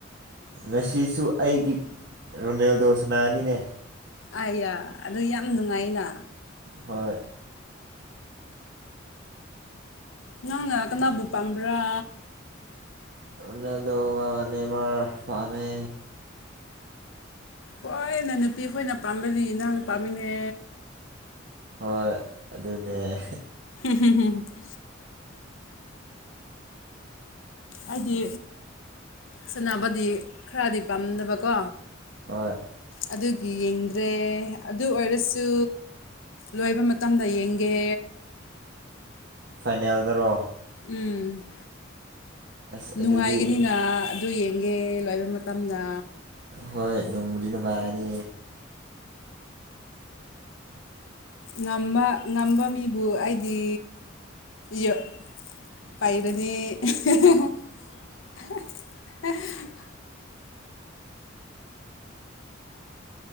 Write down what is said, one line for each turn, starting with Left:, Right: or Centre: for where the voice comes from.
Right: ꯉꯁꯤꯁꯨ ꯑꯩꯒꯤ ꯔꯣꯅꯦꯜꯗꯣ ꯁꯅꯥꯅꯤꯅꯦ
Left: ꯑꯌꯥ ꯑꯗꯨ ꯌꯥꯝ ꯅꯨꯡꯉꯥꯏꯅ
Right: ꯍꯣꯏ
Left: ꯅꯪꯅ ꯀꯅꯥꯕꯨ ꯄꯥꯝꯕ꯭ꯔꯥ
Right: ꯔꯣꯅꯥꯗꯣꯒ ꯅꯦꯃꯥꯔ ꯄꯥꯃꯦ
Left: ꯍꯣꯏꯅ ꯅꯨꯄꯤ ꯈꯣꯏꯅ ꯄꯥꯝꯕꯗꯤ ꯅꯪ ꯄꯥꯝꯃꯤꯅꯦ
Right: ꯍꯣꯏ ꯑꯗꯨꯅꯦ
Left: ꯎꯝ ꯍꯝ ꯎꯝ ꯑꯩꯗꯤ ꯁꯥꯟꯅꯕꯗꯤ ꯈꯔꯗꯤ ꯄꯥꯝꯗꯕꯀꯣ
Right: ꯍꯣꯏ
Left: ꯑꯗꯨꯒꯤ ꯌꯦꯡꯗ꯭ꯔꯦ ꯑꯗꯨ ꯑꯣꯏꯔꯁꯨ ꯂꯣꯏꯕ ꯃꯇꯝꯗ ꯌꯦꯡꯒꯦ
Right: ꯐꯥꯏꯅꯦꯜꯗꯔꯣ
Left: ꯎꯝ
Right: ꯑꯁ
Left: ꯅꯨꯡꯉꯥꯏꯒꯅꯤꯅ
Right: ꯑꯗꯨꯗꯤ
Left: ꯑꯗꯨ ꯌꯦꯡꯒꯦ ꯂꯣꯏꯕ ꯃꯇꯝꯗ
Right: ꯍꯣꯏ ꯅꯨꯡꯕꯨꯗꯤ ꯅꯨꯡꯉꯥꯏꯅꯤ
Left: ꯉꯝꯕ ꯉꯝꯕ ꯃꯤꯕꯨ ꯑꯩꯗꯤ ꯌ ꯄꯥꯏꯔꯅꯤ <unintelligible>